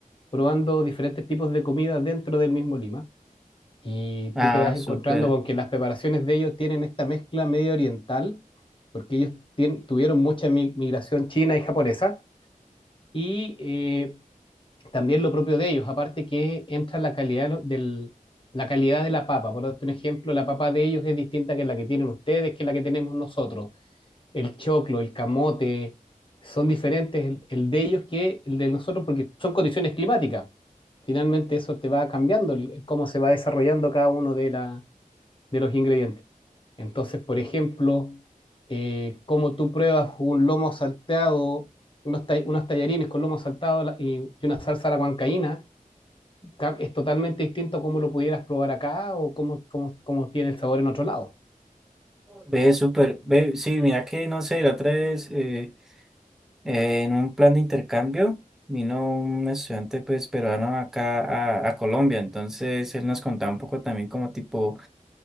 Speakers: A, on the left; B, in the centre.
A: probando diferentes tipos de comida dentro del mismo Lima, y
B: ah,
A: tú te vas encontrando
B: súper,
A: con que las preparaciones de ellos tienen esta mezcla medio oriental, porque ellos tien- tuvieron mucha mi- migración china y japonesa, y eh, también lo propio de ellos, aparte que entra la calidad de lo- del, la calidad de la papa. Por darte un ejemplo, la papa de ellos es distinta que la que tienen ustedes, que la que tenemos nosotros. El choclo, el camote, son diferentes el, el de ellos que el de nosotros porque son condiciones climáticas. Finalmente eso te va cambiando el- el cómo se va desarrollando cada uno de, la- de los ingredientes. Entonces, por ejemplo, eh, como tú pruebas un lomo salteado, unos, ta- unos tallarines con lomo saltado la- y, y una salsa a la huancaína, ca- es totalmente distinto a cómo lo pudieras probar acá o cómo, cómo, cómo tiene el sabor en otro lado.
B: ve, súper, ve, sí, mira que, no sé, la otra vez eh, eh, en un plan de intercambio vino un estudiante pues peruano acá a, a Colombia, entonces él nos contaba un poco también como tipo